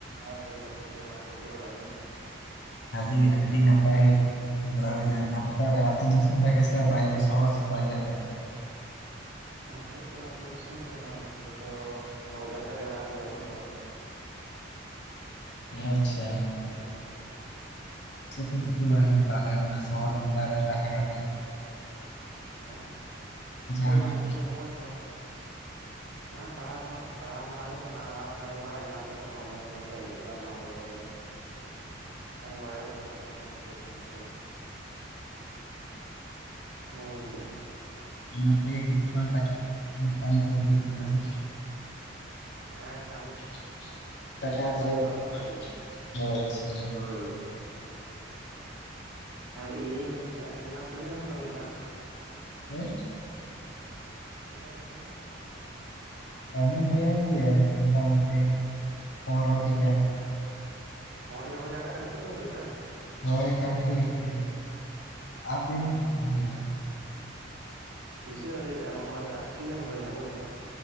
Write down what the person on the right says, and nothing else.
ᱟᱨ ᱫᱟᱹᱞ ᱨᱟᱥᱮ ᱠᱚ ᱚᱱᱟ ᱠᱚ ᱩᱛᱩ ᱵᱟᱲᱟ ᱦᱩᱭ ᱞᱮᱱᱟ ᱾
ᱱᱤᱛᱚᱜ ᱫᱚ ᱟᱹᱛᱩ ᱫᱤᱥᱚᱢ ‌ᱨᱮᱫᱚ ᱵᱟᱝ ᱱᱤᱛᱚᱜ ᱫᱚ ᱥᱚᱦᱚᱨ ᱵᱟᱡᱟᱨ ᱥᱮᱫ ᱨᱮᱜᱮ ᱢᱮᱱᱟᱜ ᱞᱮᱭᱟ ᱱᱤᱛᱚᱜ ᱫᱚ
ᱦᱩᱭᱱᱟ
ᱦᱮᱸ
ᱪᱤᱠᱟᱹ ᱦᱚᱸ ᱵᱟᱝ ᱱᱤᱛᱳᱜ ᱱᱚᱜᱼᱚᱭ ᱯᱟᱹᱹᱹᱹᱹ ᱡᱟᱦᱟᱸ ᱯᱟᱲᱦᱟᱣ ᱯᱟᱲᱦ ᱯᱟᱲᱦᱟᱣ ᱵᱟᱲᱟ ᱢᱟᱬᱦᱟᱣ ᱦᱩᱭᱩᱜ ᱠᱟᱱᱟ ᱟᱨ ᱠᱟᱹᱢᱤ ᱵᱟᱲᱟ ᱡᱟᱦᱟᱸ ᱛᱤᱱᱟᱹᱜ ᱚᱱᱞᱟᱭᱤᱱ ᱠᱚᱛᱮ ᱦᱤᱡᱩᱜᱼᱟ ᱚᱱᱟ ᱠᱚᱛᱮ ᱜᱮ ᱠᱟᱹᱢᱤ ᱵᱟᱲᱟᱭ ᱦᱩᱭᱩᱜ ᱠᱟᱱᱟ ᱟᱨ ᱪᱮᱫ ᱵᱟᱝ ᱪᱤᱠᱟᱹᱭ ᱦᱩᱭᱩᱜ ᱠᱟᱱᱟ ᱱᱤᱛᱳᱜ ᱫᱚ <unintelligible>
ᱦᱮᱸ
ᱦᱮᱸ ᱠᱟᱹᱢᱤ
ᱠᱟᱹᱢᱤ
ᱠᱚᱫᱚ
ᱦᱩᱭᱩᱜ ᱠᱟᱱ ᱜᱮᱭᱟ᱾
ᱦᱳᱭ ᱦᱳᱭ ᱟᱨ ᱤᱭᱟᱹᱧ ᱞᱟᱹᱭᱮᱛ ᱛᱟᱦᱮᱸᱫ ᱟᱨ ᱟᱢ ᱛᱤᱱᱟᱹᱜ ᱜᱟᱱᱮᱢ ᱠᱟᱹᱢᱤ ᱠᱮᱫᱟᱢ ᱟᱢ
ᱛᱤᱱᱟᱹᱜ ᱜᱟᱱᱮᱢ ᱠᱟᱹᱢᱤ ᱠᱮᱫᱟ
ᱦᱩᱸ ᱯᱚᱱᱨᱚᱴᱤ ᱜᱟᱱ ᱦᱩᱭᱱᱟ ᱟᱹᱰᱤ ᱩᱥᱛᱟᱹᱨ ᱠᱚ ᱮᱢ ᱠᱮᱫᱚ ᱦᱮᱸ
ᱚ
ᱯᱩᱭᱥᱟᱹ ᱫᱚ ᱟᱹᱣᱨᱤᱭᱟᱜ-ᱟ ᱱᱚᱜ-ᱚᱭ ᱟᱴᱴᱤ ᱜᱟᱱ ᱦᱩᱭᱱᱟ ᱵᱩᱡᱫᱟᱢ